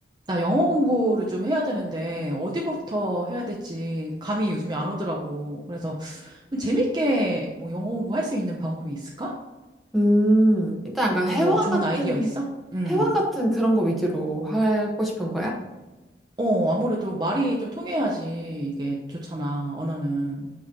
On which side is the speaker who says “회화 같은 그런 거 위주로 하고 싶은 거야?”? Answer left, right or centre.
Centre